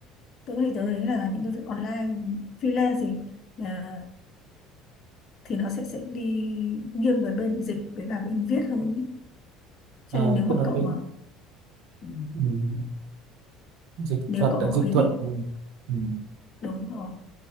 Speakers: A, on the left (about 50°); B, on the right (about 70°).
A: tớ thì tớ thấy là những cái việc online freelance thì à, thì nó sẽ sẽ đi nghiêng về bên dịch với cả bên viết hơn ý. cho
B: à,
A: nên nếu mà
B: tôi nói
A: cậu
B: đến
A: mà ừ,
B: ừm, dịch
A: nếu
B: thuật
A: cậu
B: tại
A: mà
B: dịch
A: có ý
B: thuật
A: định
B: ừm, ừm,
A: đúng rồi